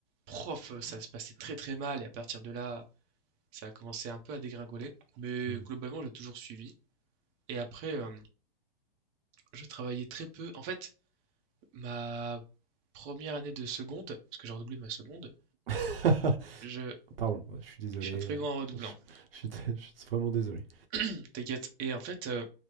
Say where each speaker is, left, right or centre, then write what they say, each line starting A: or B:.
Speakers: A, on the right (about 35°); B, on the right (about 75°).
A: prof, ça se passait très très mal. Et à partir de là, ça a commencé un peu à dégringoler. Mais
B: hmm.
A: globalement, j'ai toujours suivi. Et après, euh, Je travaillais très peu. En fait, ma première année de seconde, parce que j'ai redoublé ma seconde,
B: <laughs>
A: je,
B: Pardon, ouais, je suis désolé.
A: je suis un très
B: euh,
A: grand redoublant.
B: Je suis, t- <laughs> je suis vraiment désolé.
A: <clears throat> T'inquiète. Et en fait, euh,